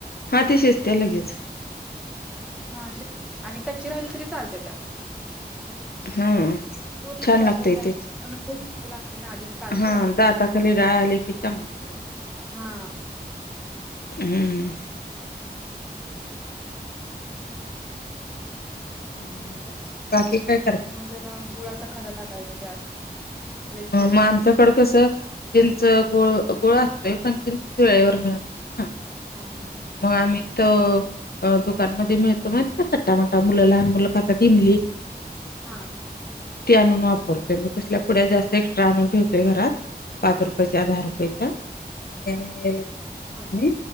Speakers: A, on the left; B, in the centre.
A: हा ते शिजतेया लगेच.
B: हा. अ शि आणि कच्ची राहिली, तरी चालत्या त्यात.
A: हा
B: पूर्ण
A: छान
B: शिजाय
A: लागतय
B: पाहिजे असते.
A: ते
B: ना <unintelligible> शिजलेलं असतय आधीच. कारलं
A: हा. दाताखाली डाळ आली की चांगलं.
B: हा.
A: हम्म. आणि बाकी काय कर
B: जरा, गुळाचा खडा टाकायचा त्यात. लईच कडू
A: म
B: असलं
A: आमच्याकड
B: तर
A: कसं आहे चिंच गुळ गुळा असतोय पण चिंच वेळेवर मिळत. नाही ना
B: हां. हां.
A: मग, आम्ही त अ दुकान मध्ये मिळतो, माहिती का? चट्टा मट्टा मुलं, लहान मुलं खातात इमली.
B: हा..
A: ते आणून वापरतोय. मग, तसल्या पुढ्या जास्त एक्स्ट्रा आणून ठेवतोय. घरात पाच
B: हा
A: रुपया. चहा दहा रुपयेचा <unintelligible>
B: हा
A: हंम.